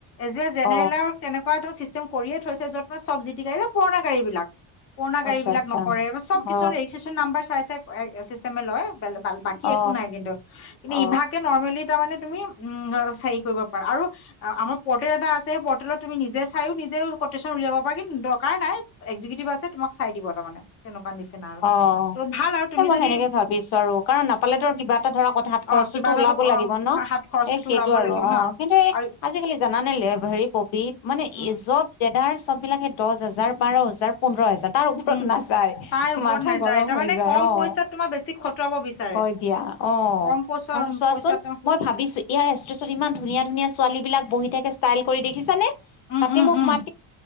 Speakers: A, on the left (about 30°); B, on the left (about 80°).
A: এজ জেনেৰেলৰ
B: অ
A: তেনেকুৱা চিষ্টেম কৰিয়ে থৈছে যত তোৰ চব জি গাড়ী যে পুৰণা গাড়ী বিলাক পুৰণা গাড়ী
B: আচ্ছা
A: বিলাক
B: আচ্ছা
A: নকৰে চব
B: অ
A: কিছুমান ৰেজিষ্ট্ৰেশচন নাম্বাৰ চাই চাই চিষ্টেমে লয় বেলে বা- বাকী
B: অ
A: একো নাই কিন্তু
B: অ
A: ইভাগে নৰ মেলি তোৰ মানে তুমি উম কৰিব পাৰা আৰু আমাৰ পৰ্টেল এটা আছে সেই পৰ্টেলত তুমি নিজে চাইও নিজে তেওঁ কেটেচন উলিয়াব পাৰ কিন্তু দৰকাৰ নাই একজটিভ আছে তোমাক চাই দিব তাৰ মমানে তেনেকুৱা নিচিনা আৰু
B: অহ
A: ত' ভাল আৰু তুমি
B: এ মই
A: যদি
B: সেনেকে ভাবিছো আৰু কাৰণ পালে তোৰ কিবা এটা ধৰা কথা হাত খৰচতো
A: অ কিবা এটাতো
B: ওলাব
A: অ
B: লাগিব ন
A: হাত খৰচটোতো
B: এ সেইটো
A: ওলাব
B: আৰু
A: লাগিব
B: অহ
A: ন
B: কিন্তু এই
A: আৰু
B: আজিকালি জানানে হেৰি পবি মানে
A: উম
B: এই চব দো তাৰ চব বিলাকে দহ হাজাৰ বাৰ হাজাৰ পোন্ধৰ হাজাৰ তাৰ ওপৰত
A: উম
B: নাযায়
A: তাই ওপৰত
B: মথা
A: নাযায়
B: গৰম
A: তাৰমানে
B: হৈ যায়
A: কম
B: অহ
A: পইচাত তোমাৰ বেছি খটুৱাব বিচাৰে
B: হয় দিয়া অহ
A: কম পইচা
B: আৰু চোৱাচোন
A: পইচাটো
B: চোন মই ভাবিছো ইয় ইমান ধুনীয়া ধুনীয়া ছোৱালী বিলাক বহি থাকে ইচটাইল কৰি দেখিছানে
A: উম
B: তাতে
A: উম
B: মোক
A: উম
B: মা